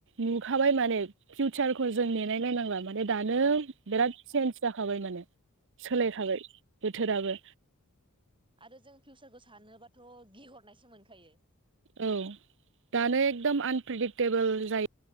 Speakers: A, on the right (about 60°); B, on the right (about 25°).
A: नुखाबाय माने फिउचारखौ जों नेनायलनायनांला माने दानो बिराद चेन्ज जाखाबाय माने सोलायखाबाय
B: अ
A: बोथोराबो
B: आरो जों फिउसारखौ सानोबाथ' गिहरनायसो मोनखायो।
A: औ दानो एकदम आनप्रिेदिक्टेबोल जायो।